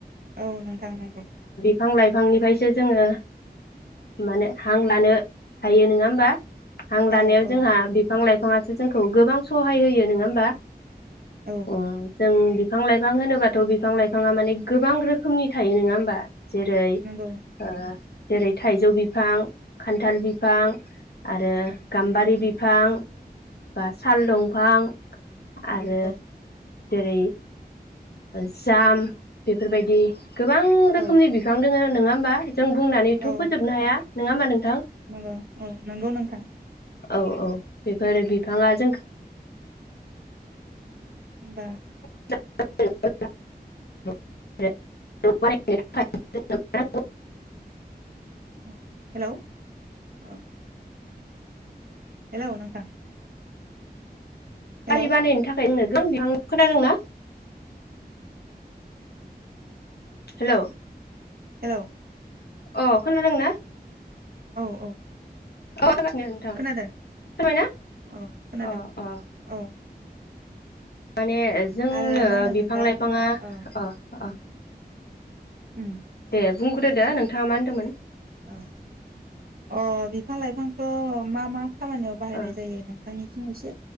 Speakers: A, on the right; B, on the left.
A: औ नोंथां नोंगौ
B: फां लाइफांनिफायसो जोङो माने हां लानो हायो नोङा होमबा। हां लानायाव
A: औ औ
B: जोंहा फां लाइफाङासो जोंखौ गोबां सहाय होयो। नङा होमबा?
A: औ
B: उम जों बिफां लाइफां होनोबाथ' बिफां लाइफाङा माने गोबां रोखोमनि थायो नङा होमबा जेरै
A: नंगौ
B: ओ जेरै थाइजौ बिफां खान्थाल बिफां आरो गाम्बारि बिफां बा साल दंफां आरो
A: औ
B: जेरै जाम बेफोरबायदि गोबां
A: औ
B: रोखोमनि बिफां दोङो। नोङा होमबा जों बुंनानैथ'
A: औ
B: फोजोबनो हाया नङा होमबा नों
A: नंगौ औ नंगौ नोंथां
B: औ औ बे फोर बिफाङा जोंखो
A: होमबा
B: <unintelligible> <inaudible>
A: औ
B: <inaudible>
A: अ हेलौ अ हेलौ नोंथां हेलौ
B: गारि बानायनो थाखाय <inaudible> खोनादों ना?
A: औ
B: हेलौ
A: हेलौ
B: अ खोनादोंना?
A: औ औ
B: होगासिनो नोंथां
A: खोनादों
B: फोरमायना
A: औ खोनादों
B: अ अ
A: औ
B: माने जोंनो
A: आरो मा होनो
B: बिफां
A: नोंथां
B: लाइफाङा
A: औ
B: अ अ
A: उम
B: दे बुंग्रोदो नोंथाङा मा होनदोंमोन
A: ओ अ बिफां लाइफांखौ मा मा खामानियाव बाहायनाय
B: अ
A: जायो नों <unintelligible> एसे